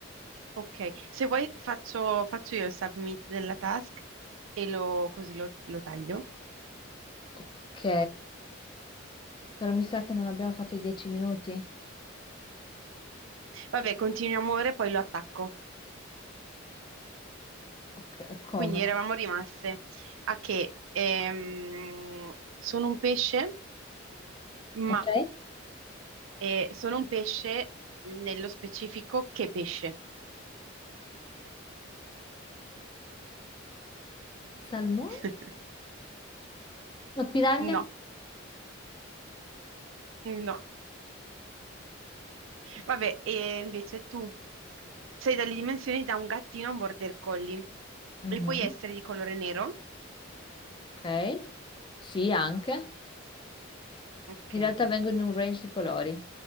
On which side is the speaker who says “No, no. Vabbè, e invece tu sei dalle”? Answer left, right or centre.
Right